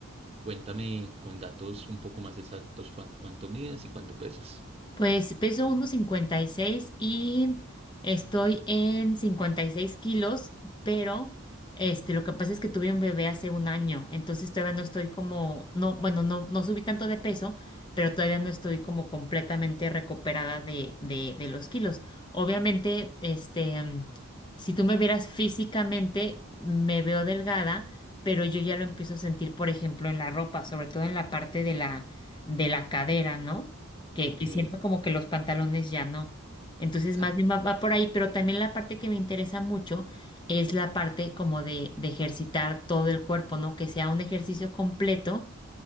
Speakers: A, on the right (about 30°); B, on the left (about 20°).
A: cuéntame con datos un poco más exactos cua- cuánto mides y cuánto pesas.
B: Pues peso uno cincuenta y seis y estoy en 56 kilos, pero este, lo que pasa es que tuve un bebé hace un año, entonces todavía no estoy como, no, bueno, no, no subí tanto de peso, pero todavía no estoy como completamente recuperada de, de, de los kilos. Obviamente, este, mm, si tú me vieras físicamente, me veo delgada, pero yo ya lo empiezo a sentir, por ejemplo, en la ropa, sobre todo en la parte de la, de la cadera, ¿no? que,
A: Ok.
B: que siento como que los pantalones ya no. Entonces, más
A: Ah,
B: bien va, va por ahí, pero también la parte que me interesa mucho es la parte como de, de ejercitar todo el cuerpo, ¿no? Que sea un ejercicio completo